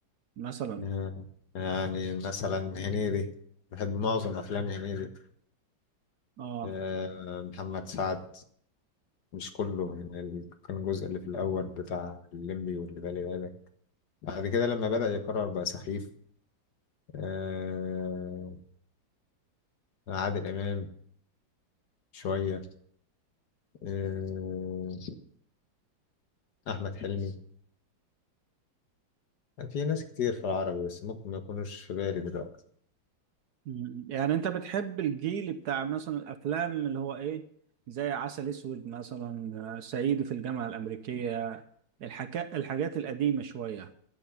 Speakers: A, on the right; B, on the left.
A: مثلا
B: آه، يعني مثلا هنيدي بحب معظم افلام هنيدي
A: اه
B: آه، محمد سعد مش كله يعني ال- كان الجزء اللي في الأول بتاع الليمبي واللي بالي بالك بعد كده لما بدأ يكرر بقى سخيف آه عادل إمام شوية آه أحمد حلمي في ناس كتير في العربي بس ممكن ما يكونوش في بالي دلوقتي
A: م- يعني انت بتحب الجيل بتاع مثلا الافلام اللي هو ايه زي عسل اسود مثلا آه، صعيدي في الجامعة الامريكية الحكا... الحاجات القديمة شوية